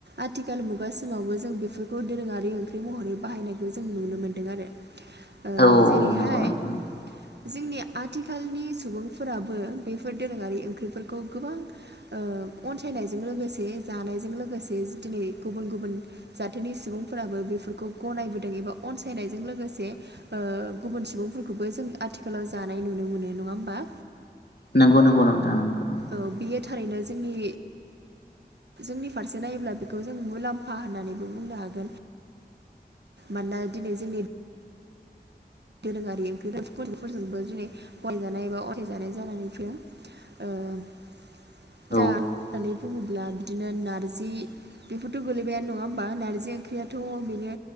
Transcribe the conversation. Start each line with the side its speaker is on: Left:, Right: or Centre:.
Right: आथिखाल मुगा समावबो जों बेफोरखौ दोरोङारि ओंख्रि महरै बाहायनायखौ जों नुनो मोन्दों आरो।
Left: <inaudible>
Right: ओ जेरैहाय
Left: नंगौ नोंथां
Right: जोंनि आथिखालनि सुबुंफोराबो बेफोर दोरोङारि ओंख्रिफोरखौ गोबां ओ अनसायनायजों लोगोसे जानायजों लोगोसे दिनै गुबुन गुबुन जाथोनि सुबुंफोराबो बेफोरखौ गनायबोदों एबा अनसायनायजों लोगो से ओ गुबुन सुबुंफोरखौबो जों आथिखालाव जानाय नुनो मोनो नङा होमबा?
Left: नंगौ नंगौ नोंथां नंगौ।
Right: औ बियो थारैनो जोंनि जोंनि फारसे नायोब्ला बेखौ जों मुलाम्फा होननानैबो बुंनो हागोन। मानोना दिनै जोंनि दोरोङारि ओंख्रि फोरजोंबो दिनै गनायजानाय एबा असायजानाय जानानै फैदों। ओ
Left: औ
Right: दा होननानै बुङोब्ला बिदिनो नारजि बेफोरथ' गोलैबायानो नङा होमबा नारजि ओंख्रियाथ' बेनो